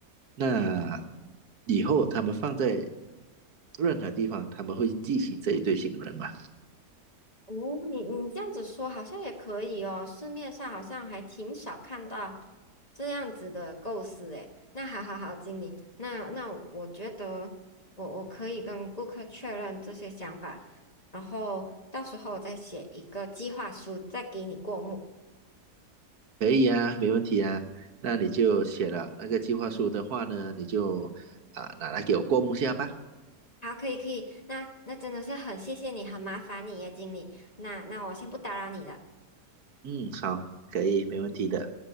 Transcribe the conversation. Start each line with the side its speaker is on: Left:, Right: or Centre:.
Right: 那以后他们放在任何地方，他们会记起这一对新人嘛？
Left: 哦，你你这样子说好像也可以哦，市面上好像还挺少看到这样子的构思诶。那好好好，经理，那那我觉得我我可以跟顾客确认这些想法，然后到时候我再写一个计划书，再给你过目。
Right: 可以啊，没问题啊。那你就写了那个计划书的话呢，你就啊、拿来给我过目下吧。
Left: 好，可以可以，那那真的是很谢谢你，很麻烦你耶，经理。那那我先不打扰你了。
Right: 嗯，好，可以，没问题的。